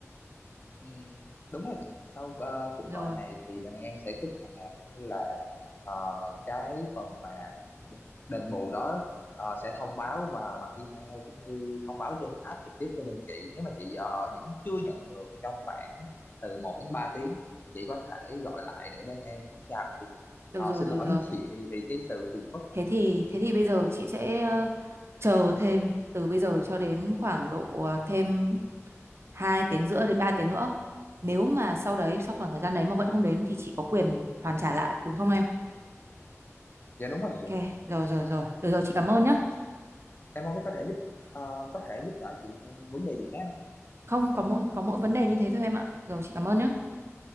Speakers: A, on the left; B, on the right.
A: Ừm, đúng rồi chị sau ờ, cuộc
B: rồi
A: gọi này thì bên em sẽ kích hoạt cũng như là ờ, cái phần mà đền bù đó ờ, sẽ thông báo và bằng email cũng như thông báo trên app trực tiếp cho bên chị nếu mà chị ờ, vẫn chưa nhận được trong khoảng từ một đến 3 tiếng chị có thể gọi lại để bên em kiểm tra lại cho chị
B: được
A: Ờ,
B: rồi
A: xin
B: được
A: lỗi
B: rồi
A: <laughs> với chị vì cái sự phiền phức này
B: Thế thì thế thì bây giờ chị sẽ ờ, chờ thêm từ bây giờ cho đến khoảng độ ờ, thêm 2 tiếng rưỡi đến 3 tiếng nữa. Nếu mà sau đấy sau khoảng thời gian đấy mà vẫn không đến thì chị có quyền hoàn trả lại đúng không em?
A: dạ đúng
B: Ok,
A: rồi chị
B: rồi rồi rồi. Được rồi chị cảm ơn nhé.
A: em không biết có thể giúp ờ, có thể giúp đỡ chị em vấn đề gì khác không
B: Không có mỗi có mỗi vấn đề như thế thôi em ạ. Rồi chị cảm ơn nhé.